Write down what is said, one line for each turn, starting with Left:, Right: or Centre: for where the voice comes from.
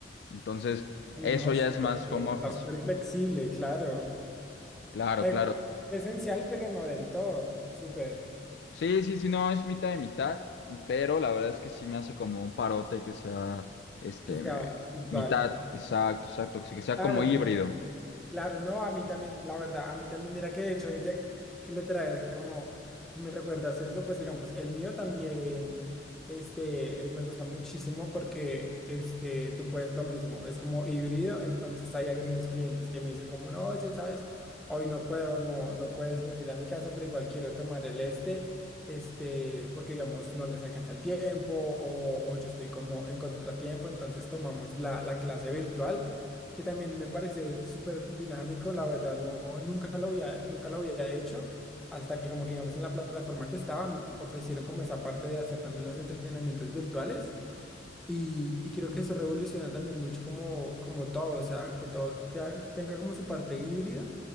Left: Entonces,
Centre: Ay,
Left: eso
Centre: No,
Left: ya
Centre: súper
Left: es más
Centre: bien,
Left: home office.
Centre: está súper flexible, claro. O
Left: Claro,
Centre: sea,
Left: claro.
Centre: igual, es esencial, pero no del todo, súper,
Left: Sí, sí, sí, no, es mitad de mitad, pero la verdad es que sí me hace como un parote que sea, este,
Centre: que sea virtual.
Left: mitad, exacto, exacto, que sea
Centre: Claro,
Left: como híbrido.
Centre: Claro, no, a mí también, la verdad, a mí también, mira que de hecho, ella que le traes como que me recuerdas eso, pues digamos, el mío también, este, es, me gusta muchísimo porque, este, tú puedes lo mismo, es como híbrido, entonces hay algunos clientes que me dicen como, no, oye, sabes, hoy no puedo, no, no puedes venir a mi casa, pero igual quiero tomar el este, este, porque digamos, no les alcanza el tiempo o, o yo estoy como en contratiempo, entonces tomamos la, la clase virtual que también me parece súper dinámico, la verdad, no, nunca lo había, nunca lo había hecho, hasta que como que digamos en la plataforma que estaba, m- ofrecieron como esa parte de hacer también los entrenamientos virtuales y, y creo que eso revoluciona también mucho como, como todo, o sea, que todo tea- tenga como su parte híbrida,